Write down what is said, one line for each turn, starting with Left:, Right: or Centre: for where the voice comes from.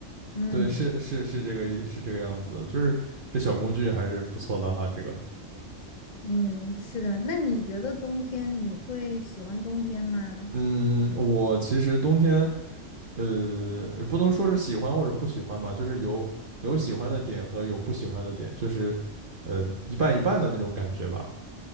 Left: 嗯
Right: 对，是是是这个意是这个样子的就是这小工具还是不错的哈。这个，
Left: 嗯，是的。那你觉得冬天你会喜欢冬天吗？
Right: 嗯，我其实冬天呃呃不能说是喜欢或者不喜欢吧，就是有有喜欢的点和有不喜欢的点，就是呃一半一半的那种感觉吧。